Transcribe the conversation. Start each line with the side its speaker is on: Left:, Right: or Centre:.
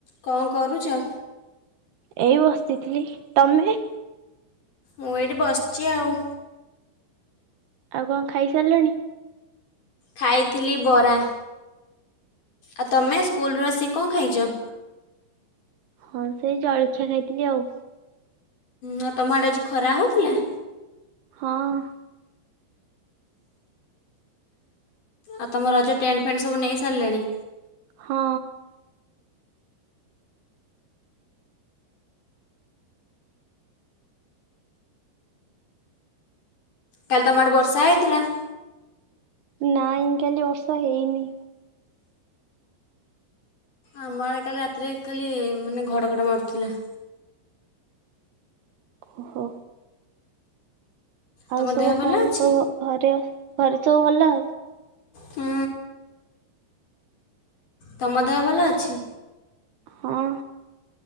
Left: କଣ କରୁଚ?
Right: ଏଇ ବସିଥିଲି ତମେ?
Left: ମୁଁ ଏଇଠି ବସିଚି ଆଉ।
Right: ଆଉ କଣ ଖାଇସାରିଲଣି?
Left: ଖାଇଥିଲି ବରା। ଆଉ ତମେ ସ୍କୁଲୁ ରୁ ଆସିିକି କଣ ଖାଇଚ?
Right: ହଁ ସେଇ ଜଳଖିଆ ଖାଇଥିଲି ଆଉ।
Left: ହଁ ତମ ଆଡେ ଅଜି ଖରା ହଉଥିଲା?
Right: ହଁ।
Left: ଆଉ ତମ ରଜ ଟେଣ୍ଟ ଫେଣ୍ଟ ସବୁ ନେଇ ସାରିଲେଣି?
Right: ହଁ।
Left: କାଲି ତମ ଆଡ଼େ ବର୍ଷା ହେଇଥିଲା?
Right: ନାଇଁ କାଲି ବର୍ଷା ହେଇନି।
Left: ଆମ ଆଡେ କାଲି ରାତିରେ ଖାଲି ମାନେ ଘଡ ଘଡ ମାରୁଥିଲା।
Right: ଓ ହୋ।
Left: ତମ
Right: ଆଉ ସବୁ
Left: ଦେହ ଭଲ
Right: କଣ
Left: ଅଛି
Right: ସବୁ ଘରେ ଘରେ ସବୁ ଭଲ?
Left: ହୁଁ। ତମ ଦେହ ଭଲ ଅଛି।
Right: ହଁ।